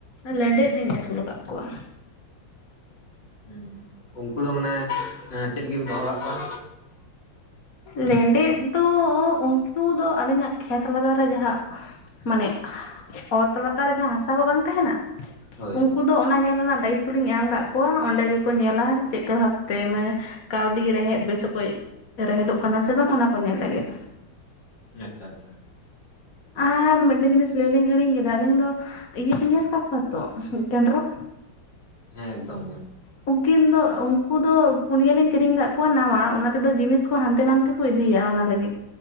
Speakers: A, on the left; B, on the left.
A: ᱞᱮᱸᱰᱮᱫ ᱞᱤᱧ ᱟᱹᱥᱩᱞ ᱟᱠᱟᱫ ᱠᱚᱣᱟ
B: ᱦᱮᱸ ᱩᱱᱠᱩ ᱫᱚ ᱢᱟᱱᱮ ᱪᱮᱫ ᱞᱟᱹᱜᱤᱫ ᱵᱤᱱ ᱫᱚᱦᱚ ᱟᱠᱟᱫ ᱠᱚᱣᱟ
A: ᱞᱮᱸᱰᱮᱛ ᱫᱚ ᱩᱱᱠᱩ ᱫᱚ ᱟᱹᱞᱤᱧᱟᱜ ᱠᱷᱮᱛ ᱞᱟᱜᱟᱣ ᱨᱮ ᱡᱟᱦᱟᱸ ᱢᱟᱱᱮ ᱚᱛ ᱞᱟᱛᱟᱨ ᱨᱮ ᱡᱟᱦᱟᱸ ᱦᱟᱥᱟ ᱠᱚ ᱵᱟᱝ ᱛᱟᱦᱮᱱᱟ
B: ᱦᱳᱭ
A: ᱩᱱᱠᱩ ᱫᱚ ᱚᱱᱟ ᱧᱮᱞ ᱨᱮᱱᱟᱜ ᱫᱟᱭᱤᱛᱛᱚ ᱞᱤᱧ ᱮᱢ ᱟᱠᱟᱫ ᱠᱚᱣᱟ ᱚᱸᱰᱮ ᱜᱮᱠᱚ ᱧᱮᱞᱟ ᱪᱮᱫᱠᱟ ᱵᱷᱟᱵᱛᱮ ᱢᱟᱱᱮ ᱠᱟᱹᱣᱰᱤ ᱨᱮᱦᱮᱫ ᱵᱮᱥ ᱚᱠᱚᱡ ᱨᱮᱦᱮᱫᱚᱜ ᱠᱟᱱᱟ ᱥᱮ ᱵᱟᱝ ᱚᱱᱟ ᱠᱚ ᱧᱮᱞ ᱞᱟᱹᱜᱤᱫ
B: ᱟᱪᱪᱷᱟ ᱟᱪᱪᱷᱟ
A: ᱟᱨ ᱢᱤᱫᱴᱮᱱ ᱡᱤᱱᱤᱥ ᱞᱟᱹᱭ ᱞᱤᱧ ᱦᱤᱲᱤᱧ ᱠᱮᱫᱟ ᱟᱹᱞᱤᱧ ᱫᱚ ᱤᱭᱟᱹ ᱵᱮᱱ ᱧᱮᱞ ᱟᱠᱟᱫ ᱠᱚᱣᱟ ᱛᱚ ᱠᱮᱸᱰᱨᱚᱝ
B: ᱦᱮᱸ ᱮᱠᱫᱚᱢ ᱜᱮ
A: ᱩᱱᱠᱤᱱ ᱫᱚ ᱩᱱᱠᱩ ᱫᱚ ᱯᱩᱱᱭᱟᱹ ᱞᱤᱧ ᱠᱤᱨᱤᱧ ᱟᱠᱟᱫ ᱠᱚᱣᱟ ᱱᱟᱣᱟ ᱚᱱᱟ ᱛᱮᱫᱚ ᱡᱤᱱᱤᱥ ᱦᱟᱱᱛᱮ ᱱᱟᱛᱮ ᱠᱚ ᱤᱫᱤᱭᱟ ᱚᱱᱟ ᱞᱟᱹᱜᱤᱫ